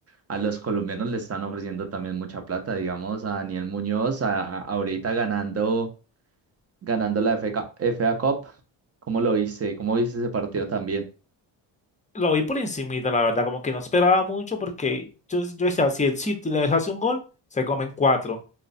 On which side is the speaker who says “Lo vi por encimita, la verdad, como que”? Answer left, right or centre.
Left